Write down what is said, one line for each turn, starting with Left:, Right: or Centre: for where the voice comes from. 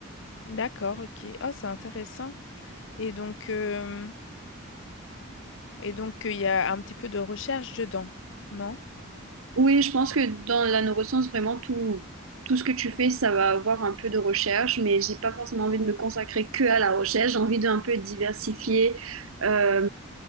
Left: D'accord, ok. oh c'est intéressant. Et donc, euh, Et donc, il y a un petit peu de recherche dedans, non?
Right: Oui, je pense que dans la neuroscience, vraiment, tout, tout ce que tu fais, ça va avoir un peu de recherche, mais j'ai pas forcément envie de me consacrer que à la recherche. J'ai envie d'un peu diversifier, euh,